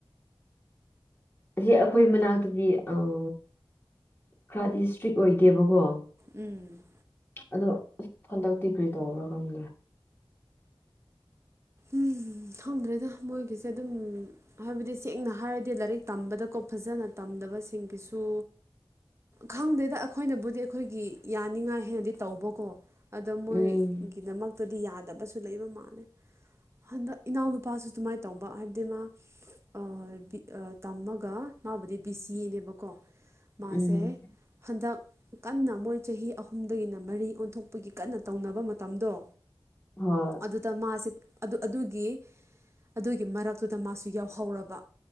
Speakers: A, on the left; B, on the right.
A: ꯑꯁꯤ ꯑꯩꯈꯣꯏ ꯃꯅꯥꯛꯇꯗꯤ ꯑꯣ ꯈꯔꯗꯤ ꯏꯁꯇ꯭ꯔꯤꯛ ꯑꯣꯏꯗꯦꯕꯀꯣ
B: ꯎꯝ
A: ꯑꯗꯣ ꯍꯟꯗꯛꯇꯤ ꯀ꯭ꯔꯤ ꯇꯧꯕ꯭ꯔꯥ ꯈꯪꯗꯦ
B: ꯎꯝ ꯈꯪꯗ꯭ꯔꯦꯗ ꯃꯣꯏꯒꯤꯁꯦ ꯑꯗꯨꯝ ꯍꯥꯏꯕꯗꯤ ꯁꯦꯡꯅ ꯍꯥꯏꯔꯗꯤ ꯂꯥꯏꯔꯤꯛ ꯇꯝꯕꯗꯀꯣ ꯐꯖꯅ ꯇꯝꯗꯕꯁꯤꯡꯒꯤꯁꯨ꯫ ꯈꯪꯗꯦꯗ ꯑꯩꯈꯣꯏꯅꯕꯨꯗꯤ ꯑꯩꯈꯣꯏꯒꯤ ꯌꯥꯅꯤꯡꯉꯥꯏ ꯍꯥꯏꯅꯗꯤ ꯇꯧꯕꯀꯣ꯫ ꯑꯗ ꯃꯣꯏꯒꯤꯗꯃꯛꯇꯗꯤ
A: ꯎꯝ
B: ꯌꯥꯗꯕꯁꯨ ꯂꯩꯕ ꯃꯥꯜꯂꯦ ꯍꯟꯗꯛ ꯏꯅꯥꯎꯅꯨꯞ__ ꯄꯥꯁꯁꯨ ꯑꯗꯨꯃꯥꯏ ꯇꯧꯕ ꯍꯥꯏꯕꯗꯤ ꯃꯥ ꯑ ꯕꯤ ꯑ ꯇꯝꯃꯒ ꯃꯥꯕꯨꯗꯤ ꯕꯤꯁꯤꯑꯦ ꯅꯦꯕꯀꯣ꯫
A: ꯎꯝ
B: ꯃꯥꯁꯦ ꯍꯟꯗꯛ ꯀꯟꯅ ꯃꯣꯏ ꯆꯍꯤ ꯑꯍꯨꯝꯗꯒꯤꯅ ꯃꯔꯤ ꯑꯣꯟꯊꯣꯛꯄꯒꯤ ꯀꯟꯅ ꯇꯧꯅꯕ ꯃꯇꯝꯗꯣ
A: ꯍꯣꯏ
B: ꯑꯗꯨꯗ ꯃꯥꯁꯦ ꯑꯗꯣ ꯑꯗꯨꯒꯤ ꯑꯗꯨꯒꯤ ꯃꯔꯛꯇꯨꯗ ꯃꯥꯁꯨ ꯌꯥꯎꯍꯧꯔꯕ